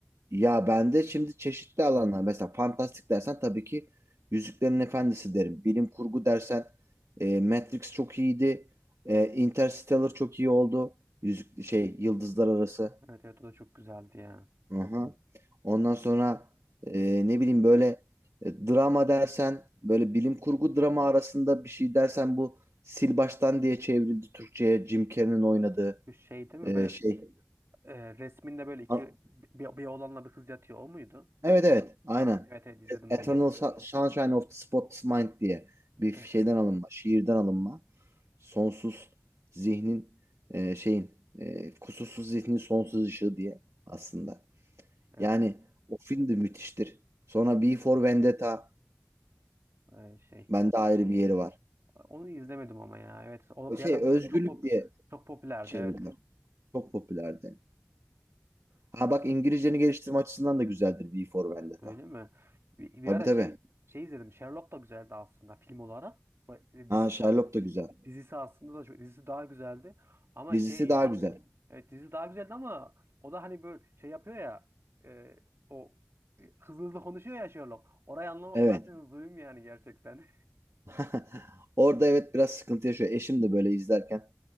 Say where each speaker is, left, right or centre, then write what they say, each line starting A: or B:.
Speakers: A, on the right; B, on the right.
A: Ya ben de şimdi çeşitli alanlar mesela fantastik dersen tabii ki Yüzüklerin Efendisi derim. Bilim kurgu dersen e, Matrix çok iyiydi. E, Interstellar çok iyi oldu. Yüzük şey Yıldızlar Arası.
B: Evet evet o da çok güzeldi ya.
A: hı Ondan sonra e, ne bileyim böyle e, drama dersen böyle bilim kurgu drama arasında bir şey dersen bu Sil Baştan diye çevrildi Türkçe'ye Jim Carrey'nin oynadığı
B: Bu şey değil
A: e,
B: mi böyle
A: şey.
B: e, resminde böyle iki
A: A-
B: bir, bir oğlanla bir kız yatıyor o muydu?
A: Evet evet
B: Ha
A: aynen.
B: evet evet izledim
A: Eternal
B: onu da.
A: Su- Sunshine of the Spotless Mind diye bir
B: Evet
A: şeyden
B: evet.
A: alınma, şiirden alınma. Sonsuz zihnin e, şeyin e, kusursuz zihnin sonsuz ışığı diye aslında.
B: Evet
A: Yani
B: evet.
A: o film de müthiştir. Sonra V for Vendetta
B: Ee, şey
A: bende
B: o,
A: ayrı bir yeri var.
B: onu izlemedim ama ya. Evet o bir
A: Şey
B: ara
A: özgürlük
B: çok çok pop
A: diye
B: çok popülerdi
A: çevirdiler.
B: evet.
A: Çok popülerdi. Ha bak İngilizceni geliştirme açısından da güzeldir V for Vendetta.
B: Öyle mi? Bir, bir
A: Tabii
B: ara
A: tabii.
B: şey şey izledim. Sherlock da güzeldi aslında film olarak. Bu-
A: Ha
B: Dizi,
A: Sherlock da güzel.
B: dizisi aslında da çok, dizisi daha güzeldi. Ama
A: Dizisi
B: şey
A: daha güzel.
B: Evet dizi daha güzeldi ama o da hani böyle şey yapıyor ya e, o e, hızlı hızlı konuşuyor ya Sherlock. Orayı anlamak
A: Evet.
B: zaten zulüm yani gerçekten.
A: <laughs> Orada evet biraz sıkıntı yaşıyor. Eşim de böyle izlerken